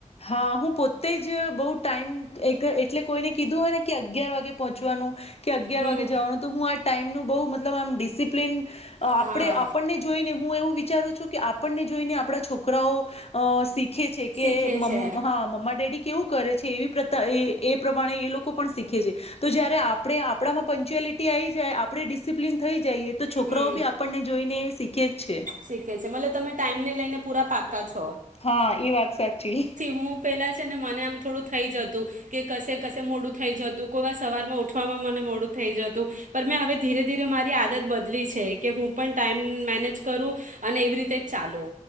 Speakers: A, on the left; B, on the right.
A: હા હું પોતે જ બહુ ટાઈમ એક એટલે કોઈને કીધું હોય ને કે અગિયાર વાગે પહોંચવાનું કે અગિયાર
B: હમ
A: વાગે જવાનું તો હું આ ટાઈમનું બહુ મતલબ આમ ડિસિપ્લિન આપે
B: હા
A: આપણને જોઈને હું એવું વિ વિચારું છું કે આપણને જોઈને આપણા છોકરાઓ છે
B: શીખે
A: કે
B: છે
A: હા <unintelligible> કેવું કરે છે પ્રમાણે એ લોકો પણ શીખે છે તો જારે આપ આપણામાં પંચુલટી આવી જાય આપણે ડિસિપ્લન થઈ જાયે તો છોકરાઓ
B: હમ
A: બી આપણને જોઈને શીખે જ છે
B: શીખે છે મતલબ તમે ટાઈમને લઈને પૂરા પાકા જો
A: હા એ વાત સાચી.
B: હું પેલા ને મને આમ થોડું થઈ જતું કે કશે કશે મોડું થઈ જતું કોઈ વાર સવાર માં ઉઠવામાં મને મોડું થઈ જતું પણ મેં હવે ધીરે ધીરે મારી આદત બ બદલી છે કે હું પણ ટાઈમ મેનેજ કરું અને એવી રીતે જ ચાલુ